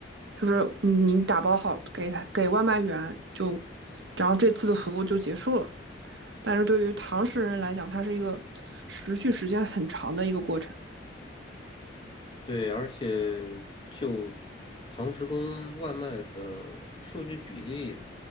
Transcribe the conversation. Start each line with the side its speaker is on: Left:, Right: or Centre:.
Right: 就是你打包好给他给外卖员就，然后这次的服务就结束了。但是对于唐食人来讲，它是一个持续时间很长的一个过程。
Left: 对，而且就堂食跟外卖的数据比例，